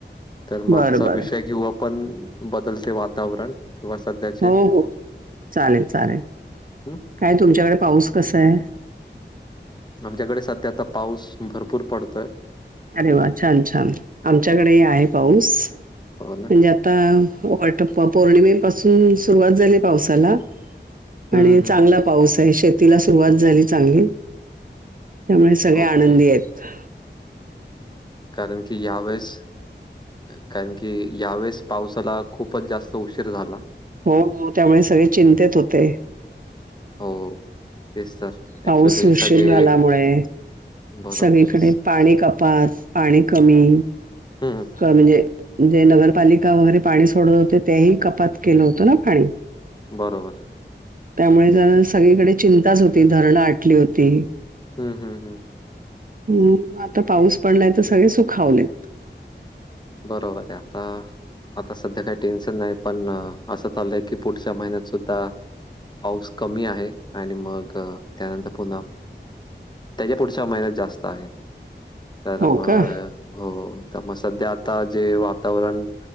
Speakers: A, on the left (about 25°); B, on the right (about 50°).
A: तरं मांगचां
B: बरं बरं
A: विषय घेऊ आपणं, बदलते वातावरण. किंवा सध्याचे
B: हो-हो, चालेलं-चालेलं.
A: हं,
B: कायं तुमंच्याकडे पाऊस कसां आहे?
A: आमच्यांकडे संध्या आतां, पाऊस भरपूर पडतोयं.
B: अरे वा! छान-छान, आमच्यांकडेही आहे पाऊस.
A: हो ना?
B: म्हणजे आतां, वाट पाहूं पौर्णिमे पाासूंन, सुरुवांत झालीं पावसांला
A: हं,
B: आणि चांगला
A: हं, हं.
B: पाऊस आहे. शेत तिलां सुरुवांत झालीं चांगली, त्यामुळें सगळें
A: ओके.
B: आनंदी आहेतं.
A: कारणं की यांवेळेस, कारणं की यांवेळेस पावसांला खूपचं जास्तं उशीर झालां.
B: हो.., त्यांमुळें सगळें चिंतेत होतें.
A: हो... तेच तर. ॲक्चुअली
B: पाऊस उशीरा
A: सगळे
B: झाल्यामुळे
A: बरोबर
B: सगळीकडे
A: आहे.
B: पाणी कपात, पाणी कमी.
A: हं,
B: म्हणजे जे नगरपालिका वगैरे पाणी सोडत होते, तेही कपात केलं होतं ना पाणी.
A: बरोबर.
B: त्यामुळे जरा सगळीकडे चिंताच होती, धरणं आटली होती.
A: हम्म.. हम्.. हम्.
B: हम्म, आतां पाऊस पडलांय तरं सगळें सुखांवलेत.
A: बरोबर आहे आतां, आतां संध्या कांहीं टेन्शन नाहीं पणं असं चाललंय की, पुढच्या महिन्यांत सुद्धां पाऊस कमी आहे आणि मंग, त्यांनंतर पुन्हां त्यांच्या पुढच्या महीन्यांत जास्तं आहे. तरं
B: हो
A: मंग
B: का
A: हो तरं मंग संध्या आतां जे, वातांवरण